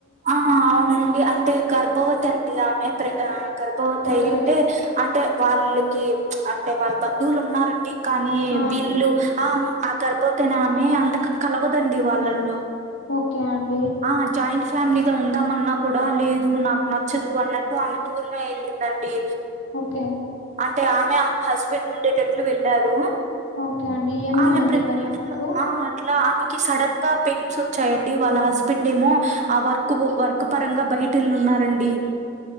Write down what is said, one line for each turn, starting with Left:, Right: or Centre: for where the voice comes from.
Right: హ ఆ అవునండి అంటే గర్భవతి అండి ఆమె ప్ర ఆ గర్భవతి
Left: ఓకే
Right: అయి ఉంటే అంటే వాళ్ళకి అంటే వాళ్ళు బంధువులు ఉన్నారండి కానీ
Left: ఆ
Right: వీళ్ళు ఆ ఆ గర్భవతయినామె అంత కలవదండి వాళ్ళల్లో
Left: ఓకే అండి
Right: ఆ జాయింట్ ఫ్ ఫ్యామిలీగా ఉందమన్నా కూడా లేదు నాకు నచ్చదు అన్నట్టు ఆమె దూరమే వెళ్ళిందండి
Left: ఓకే
Right: అంటే ఆమె ఆమె హస్బెండ్ ఉండేటట్లు వెళ్లారు
Left: ఓకే అండి ఏమైందండి
Right: ఆమె ప్రెగ్నంటుగ
Left: మరి ఆమెకు
Right: ఆ అట్ల ఆమెకి సడన్ గా పెయిన్స్ వచ్చాయండి, వాళ్ళ హస్బెండెమో ఆ వర్క్ వర్క్ పరంగా బయట వెళ్ళి ఉన్నారండి,